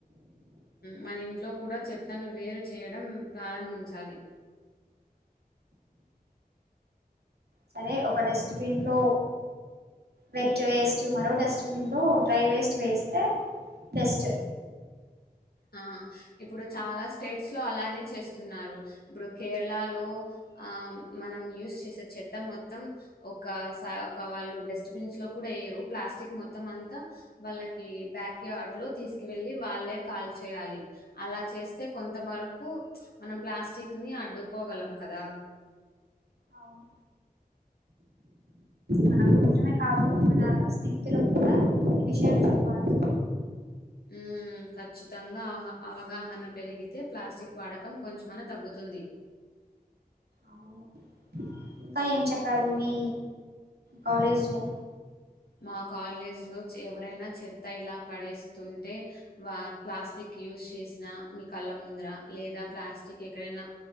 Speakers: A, on the left; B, on the right.
A: మన ఇంట్లో కూడా చెత్తను వేరు చేయడం ప్రారంభించాలి.
B: సరే ఒక డస్ట్బిన్ లో వెట్ వేస్ట్, మరో డస్ట్బిన్ లో డ్రై వేస్ట్ వేస్తే బెస్ట్.
A: ఆ ఇప్పుడు చాలా స్టేట్స్ లో అలానే చేస్తున్నారు ఇప్పుడు కేరళ లో ఆ మనం యూస్ చేసే చెత్త మొత్తం ఒక సా ఒక వాళ్ళు డస్ట్బిన్స్ లో కూడా పేరు ప్లాస్టిక్ మొత్తం అంతా వాళ్ళకి బ్యాక్యార్డ్ లో తీసుకు వెళ్ళి వాళ్ళే కాల్ చేయాలి అలా చేస్తే కొంత వరకు మనం ప్లాస్టిక్ అడ్డుకోగలం కదా
B: అవును మనం మాత్రమే కాదు మన స్నేహితులకు కూడా ఈ విషయం చెప్పాలి
A: హ్మ్. ఖచ్చితంగా అవహ అవగాహన పెరిగితే ప్లాస్టిక్ వాడకం కొంచెమన్నా తగ్గుతుంది
B: అవును ఇంకా ఏం చెప్పారు మీ కాలేజ్లో
A: మా కాలేజ్ లో ఎవరైనా చెత్త ఇలా పడేస్తుంటే వా ప్లాస్టిక్ యూజ్ చేసిన మీ కళ్ళ ముందర లేదా ప్లాస్టిక్ ఎక్కడైనా